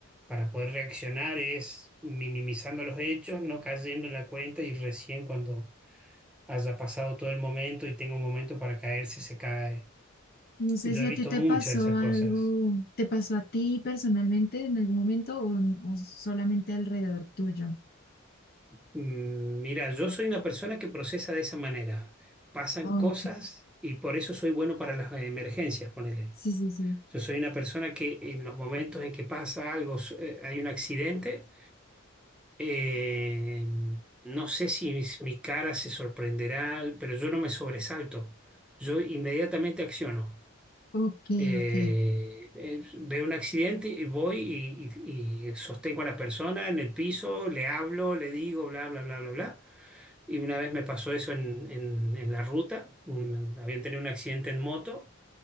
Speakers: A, in the centre; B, on the left (about 45°).
A: para poder reaccionar, es minimizando los hechos, no cayendo en la cuenta y recién cuando haya pasado todo el momento y tenga un momento para caerse, se cae.
B: No sé
A: Yo
B: si
A: he
B: a
A: visto
B: ti te
A: muchas
B: pasó
A: de esas
B: algo,
A: cosas.
B: te pasó a ti personalmente en algún momento o, o solamente alrededor tuyo.
A: Mm, Mira, yo soy una persona que procesa de esa manera. Pasan
B: Ok,
A: cosas y por eso soy bueno para las emergencias, ponele.
B: sí, sí, sí.
A: Yo soy una persona que en los momentos en que pasa algo, s- eh, hay un accidente, eh, no sé si mis- mi cara se sorprenderá, pero yo no me sobresalto. Yo inmediatamente acciono.
B: Ok,
A: Eh,
B: ok.
A: eh, veo un accidente y voy y, y- y sostengo a la persona en el piso, le hablo, le digo, bla, bla, bla, bla, bla. Y una vez me pasó eso en, en- en la ruta, un- habían tenido un accidente en moto